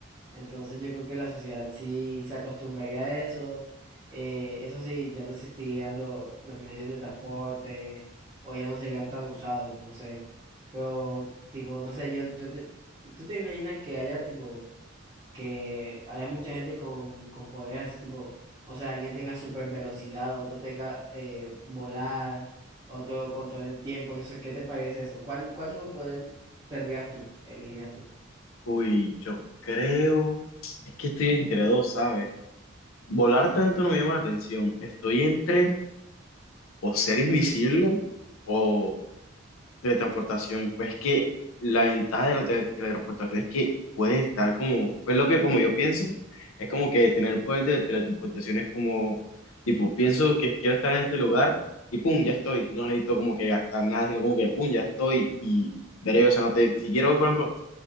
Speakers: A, on the right (about 20°); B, on the left (about 75°).
A: Entonces yo creo que la sociedad sí se acostumbraría a eso. Eh, eso sí, ya no existirían lo- los medios de transporte o ya no serían tan usados, no sé. Pero tipo, no sé, yo, yo te- tú te imaginas que haya tipo, que haya mucha gente con, con poderes así tipo, o sea, alguien tenga super velocidad, otro tenga eh, volar, otro control el tiempo, no sé, ¿qué te parece eso? ¿Cuál, cuál superpoder tendrías tú, elegirías tú?
B: Uy, yo creo, es que estoy entre dos, ¿sabes? Volar tanto no me llama la atención. Estoy entre o ser invisible o Teletransportación, pues que la ventaja de la tele- teletransportación es que puede estar como, pues lo que como yo pienso, es como que tener poder de teletransportación es como, tipo, pienso que quiero estar en este lugar y pum, ya estoy, no necesito como que gastar nada, sino como que pum, ya estoy y veré, o sea, no te, si quiero, por ejemplo,